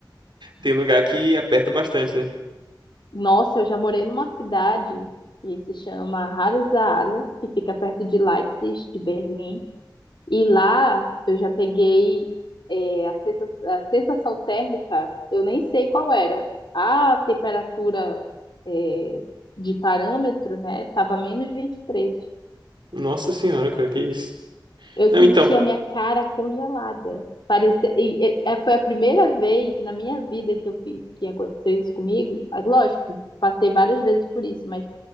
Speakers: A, on the right (about 70°); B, on the left (about 70°).
A: Tem lugar que aperta bastante, né?
B: Nossa, eu já morei numa cidade que se chama Harzala, que fica perto de Leipzig, de Berlim. E lá eu já peguei é, a sensa- a sensação térmica, eu nem sei qual era. A temperatura é, de parâmetro, né, estava menos 23.
A: Nossa senhora, cara, que isso?
B: Eu
A: Não,
B: senti
A: então.
B: a minha cara congelada. Parecia, e, e- é, foi a primeira vez na minha vida que eu fiz, que aconteceu isso comigo. Ah, Lógico, passei várias vezes por isso, mas